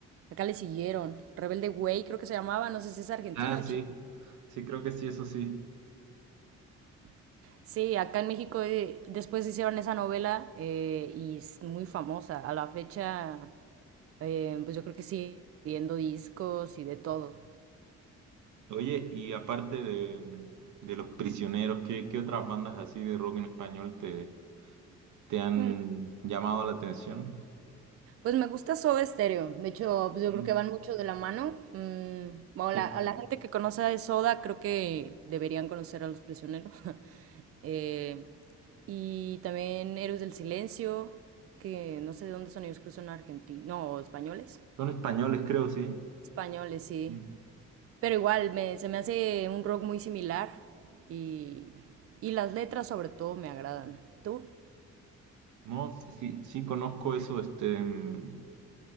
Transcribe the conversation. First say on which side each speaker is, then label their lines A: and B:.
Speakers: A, on the right (about 50°); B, on the right (about 75°).
A: acá le siguieron. Rebelde Way creo que se llamaba, no sé si es argentino
B: Ah,
A: o
B: sí,
A: chileno.
B: sí, creo que sí, eso sí.
A: Sí, acá en México eh, después hicieron esa novela eh, y es muy famosa. A la fecha, eh, pues yo creo que sigue viendo discos y de todo.
B: Oye, y aparte de, de Los Prisioneros, ¿qué, qué otras bandas así de rock en español te ¿Te han
A: Mm,
B: llamado la atención?
A: Pues me gusta Soda Stereo. De hecho, pues yo
B: Mm,
A: creo que van mucho de la mano. Mm, bueno,
B: Sí.
A: la- a la gente que conoce de Soda, creo que deberían conocer a Los Prisioneros. <laughs> Eh, y también Héroes del Silencio, que no sé de dónde son ellos, creo que son argentinos, no, españoles.
B: Son españoles, creo, sí.
A: Españoles, sí.
B: Mm.
A: Pero igual, me, se me hace un rock muy similar y, y las letras sobre todo me agradan. ¿Tú?
B: No, sí, sí conozco eso. Este, mm,